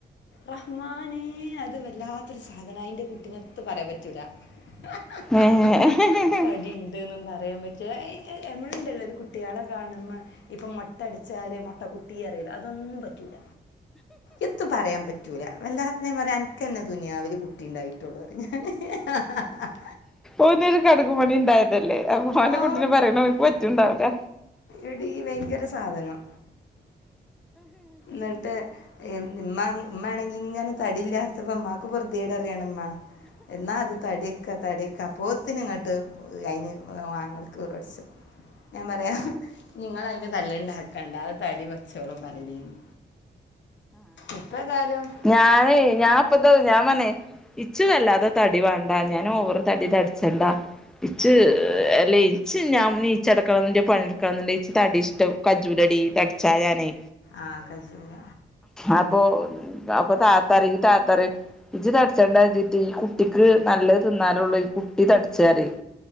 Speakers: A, on the left; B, in the centre.
A: റഹ്മാനെ... അത് വല്ലാത്തൊരു സാധനം. അതിൻ്റെ കുട്ടിനെ... ഒത്തു പറയാൻ പറ്റൂല <unintelligible>
B: ഏഹ് ഏഹ്
A: തടി പറയാൻ പറ്റ, എ യേയി നമ്മളുണ്ടല്ലോ ഒരു കു കുട്ട്യാളെ കാണുമ്പ ഇപ്പം മുട്ടടിച്ചാല് മൊട്ടകുട്ടി പറല്ലോ അതൊന്നും പറ്റൂല. എത്തു പറയാൻ പറ്റൂല. വല്ലാത്ത പറയാ അനക്ക്ന്നെ തുനിയാവിൽ കുട്ടി ഉണ്ടായി... പറ്റുള്ളൂ. <unintelligible>
B: ഓന്നൊരു കടക് മണി ഉണ്ടായതല്ലേ, അപ്പൊ ഓന്റെ
A: ആ
B: കുട്ടിനെ പറയണ അവനിക്ക് പറ്റുംണ്ടാവില്ല.
A: എടീ ഭയങ്കര സാധനം നട്ട് മ്മ മ്മാണെങ്കി ഇങ്ങനെ തടിയില്ലാത്തപ്പോ മ്മാക്ക് പൊർതേട് പയാണ്മ്മ. എന്നാ ഇത് തടെക്ക തടെക്ക അ പ്പോത്തിന് ഇങ്ങട്ട് അയിന് ആങ്ങൾക്ക് ഈറട്ച്ചും. ഞാൻ പറയാ, നിങ്ങള് അതിന് തല്ലുണ്ടാക്കണ്ട അത് തടി വച്ചോളും പറലയിനി. ഇപ്പ തായാലും..
B: ഞാന് ഞാൻ ഇപ്പതു ഞാൻ പറഞ്ഞെ, ഇച്ചു വല്ലാതെ തടി വേണ്ട. ഞാനോവറ് തടി തടി... ചെണ്ടാ. ഇച്ച് അല്ലേ ഇച്ച് ഞാൻ നീ ച്ചടക്കണന്റെ... പണിയെടുക്കണേണ്ടെങ്കിൽ ഇച്ച് തടി ഇഷ്ടം കജ്ജൂലടി തടിച്ചാ ഞാനെ.
A: ആഹ്, കജ്ജൂല.
B: അപ്പൊ അപ്പൊ താത്തറയും ഈ താത്തറയു, ഇജ്ജ് തടിച്ചണ്ടാച്ചിട്ട് ഈ കുട്ടി... ക്ക് നല്ലത് തിന്നാലുള്ളൂ, ഈ കുട്ടി തടിച്ചറയും.